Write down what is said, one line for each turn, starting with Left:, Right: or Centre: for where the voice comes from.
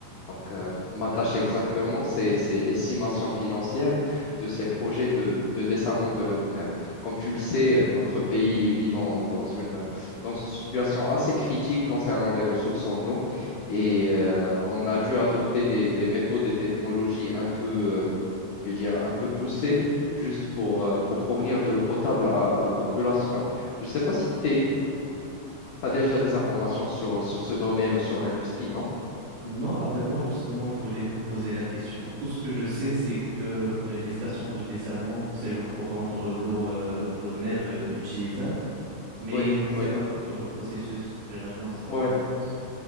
Left: Donc, euh, ma
Right: d'accord.
Left: tâche exactement, c'est, c'est l'estimation financière de ces projets de, de dessalement de l'eau de mer. Comme tu le sais, euh, notre pays vit dans, dans une, dans une situation assez critique concernant les ressources en eau et euh, on a dû adopter des, des méthodes et des technologies un peu, euh, je vais dire, un peu poussées juste pour, euh, pour fournir de l'eau potable à la population. Je ne sais pas si tu as déjà des informations sur, sur ce domaine ou sur l'industrie, non?
Right: Non, pas vraiment, justement, je voulais te poser la question. Tout ce que je sais, c'est que le- les stations de dessalement, c'est genre pour rendre l'eau euh, l'eau de mer euh, utilisable, mais
Left: Oui,
Right: j'en sais
Left: oui,
Right: pas plus sur le processus. J'aimerais bien en savoir
Left: oui.
Right: un peu plus.